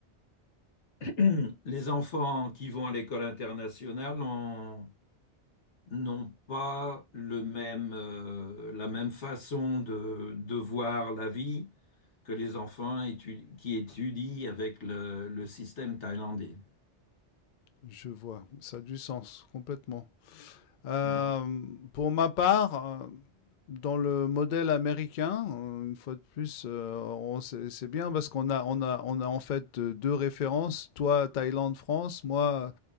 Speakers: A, on the left; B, on the left.
A: <clears throat> Les enfants qui vont à l'école internationale ont- n'ont pas le même, euh, la même façon de, de voir la vie que les enfants étu- qui étudient avec le, le système thaïlandais.
B: Je vois, ça a du sens complètement. Euh,
A: Mm.
B: pour ma part, euh, Dans le modèle américain, heu, une fois de plus, heu, on c'est c'est bien parce qu'on a on a on a en fait, heu, 2 références. Toi, Thaïlande, France, moi,